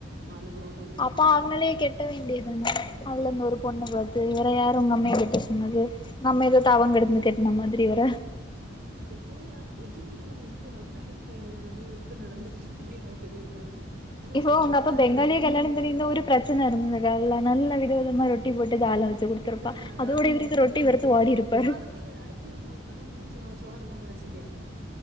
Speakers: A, on the right; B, on the left.
A: ஆலு பரோட்டா எல்லாம் வேற
B: அப்ப
A: லெவல்ல
B: அவுங்களே
A: இருக்கும்
B: கெட்ட வேண்டிய தான அதுல இருந்து ஒரு பொண்ணு பாத்து வேற யார் உங்க அம்மைய கெட்ட சொன்னது து நம்ம ஏதோ தவங் கெடந்து
A: அ-
B: கெட்ன மாதிரி வேர
A: அடுத்து அ இவே கல்யாணமே எங்க அம்மைக்கி அப்பக்கி கல்யாணமே எப்டி நடந்துச்சி தெரிய தெரியுமா நினைச்சு
B: இப்போ
A: பாரு
B: உங்க
A: முன்னாடி
B: அப்பா பெங்காலிய
A: எல்லாம்
B: கல்யாணம் பண்ணியிந்தா ஒரு பிரச்சன இருந்துருக்காதுல்ல நல்ல விதவி தமா ரொட்டி போட்டு தால வச்சு குடுத்துருப்பா
A: ம்
B: அதோட
A: ஆமா
B: இவருக்கு
A: டெய்லி
B: ரொட்டி
A: ரொட்டிதா
B: வெறுத்து ஓடி இருப்பாரு
A: ஆ அது புடிக்காது அடுத்து உ நமக்கு சோ சோறு தான் மனசுக்குேக்கூ